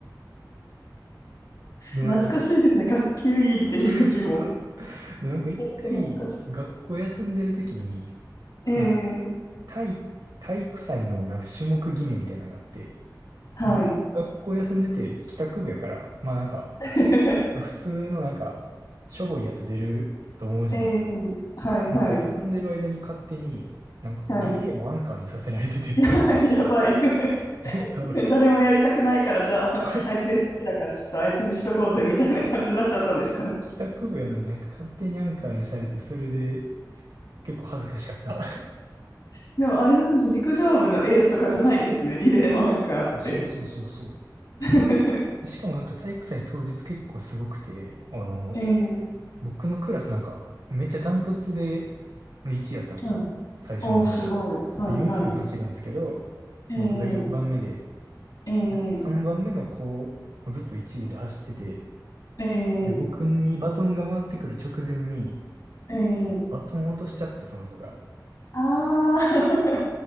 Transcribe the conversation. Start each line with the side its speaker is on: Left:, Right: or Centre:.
Right: <laughs> で、
Left: 懐かしいですね。
Right: なんかい、
Left: 学級委員って響きも。
Right: <laughs> そう。で、なんか一回、
Left: めちゃくちゃ懐かしい。
Right: 学校休んでる時に、
Left: ええ
Right: なんか体、体育祭のなんか種目決めみたいなのがあって、
Left: はい。
Right: 僕、学校休んでて帰宅部やから、まあなんか、
Left: <laughs>
Right: 普通のなんか、しょぼいやつ出ると思うじゃないですか。
Left: ええはいはい。
Right: なんか休んでる間に勝手に、なんかリレーのアンカーにさせられてて。
Left: はい。<laughs> やばい、やばい。
Right: <laughs> え、そう。
Left: <laughs>
Right: <laughs>
Left: 誰もやりたくないから、じゃあ、あいつ休みだから、
Right: そうそう
Left: ちょっとあいつにしとこうぜ、
Right: あ
Left: みたいな感じになっちゃったんですかね。
Right: 帰宅部やのになんか勝手にアンカーにされて、それで結構恥ずかしかった。
Left: <laughs> でも、あれなんですよ陸上部のエースとかじゃないんですね。リレーのアンカーって。
Right: <laughs> そうそうそうそ
Left: <laughs>
Right: う。しかもなんか体育祭当日結構すごくて、あの、
Left: ええ
Right: 僕のクラスなんかめっちゃダントツで1位やったんですよ。
Left: はい。
Right: 最初の方とか。
Left: おーすごい。はい、
Right: そう4人走るんですけど、
Left: はい。ええ
Right: 僕が4番目で、
Left: ええ
Right: で3番目の子、もうずっと1位で走ってて、
Left: ええ
Right: で、僕にバトンが回ってくる直前に、
Left: ええ
Right: バトンを落としちゃって、その子が。
Left: ああー、